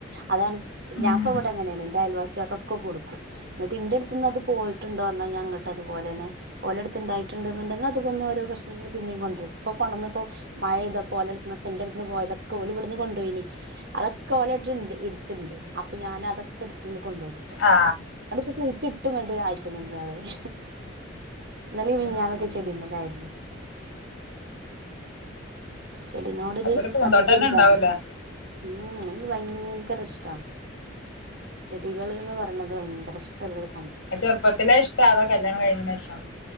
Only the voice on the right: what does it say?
അതാണ്
ഞാൻപ്പ ഇവിടെ അങ്ങനെയാണ്. ന്റെ അയൽവാസ് ക്കൊക്കെ കൊടുക്കും. എന്നിട്ട് എന്റെ അടുത്ത് നിന്ന് അത് പോയിട്ടുണ്ടോന്നാ ഞാങ്ങട്ട് അതുപോലെന്നെ ഓല അടുത്ത്ണ്ടായിണ്ട് ന്ന്ണ്ടങ്കിൽ അത്മ്മന്ന് ഓരോ കഷ്ണങ്ങള് പിന്നേം കൊണ്ടരും. പ്പോ കൊണ്ടന്നതൊക്കെ ഇപ്പോ മഴ പെയ്തപ്പോ ഓലട്ന്നൊക്ക എന്റെ അടുന്ന് പോയതക് ക്കെ ഓല് വിടന്ന് കൊണ്ടോയിനി. അതൊക്കെ ഓലെ അടുത്ത്ണ്ട് എടുത്തിണ്ട് അപ്പൊ ഞാൻ അതൊക്കെ എടു കൊണ്ടന്ന്പ്പോ.
ന്നെട്ടിപ്പോ കുഴിച്ച ട്ടും കണ്ട് ഒരാഴ്ചങ്ങന്ന് പറയാ. ഇന്നലിം മിനിഞ്ഞാന്നൊക്കെ
ചെടിമ്മലായിരുന്നു. ചെടിനോടൊരു
അധികൊരിതാണ്
ഉം. ഭയങ്കര ഇഷ്ട്ടാണ് ചെടികൾ എന്ന് പറയണത് ഭയങ്കര ഇഷ്ട്ടല്ല ഒരു